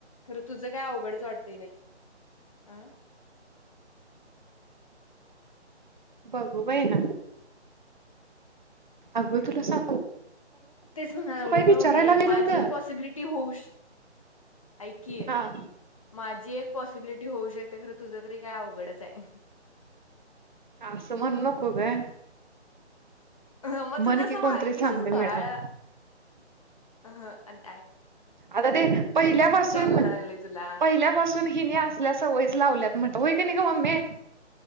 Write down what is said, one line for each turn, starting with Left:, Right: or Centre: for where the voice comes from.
Left: खर तुझ काय अवघडच वाटतंय बाई अं
Right: बघू बाय ना अग तुला स
Left: तेच म्हणा लागले न
Right: विचारायला
Left: मी
Right: गेलं
Left: माझी
Right: होत
Left: एक पॉसिबिलिटी होऊश ऐकीय
Right: हा
Left: माझी एक पॉसिबिलिटी होऊ शकते खरं तुझं तरी काय अवघडच आहे
Right: असं म्हणू नको ग
Left: ह मग
Right: म्हण
Left: त तसं
Right: की कोणतरी
Left: वागतीसच
Right: सांगते
Left: बाळ
Right: मिळाव
Left: ह आणि
Right: आता ते पहिल्यापासून
Left: म्हणा लागले तुला
Right: पहिल्यापासून हिने असल्या सवयीच लावल्यात म्हणत होई का नाही ग मम्मीे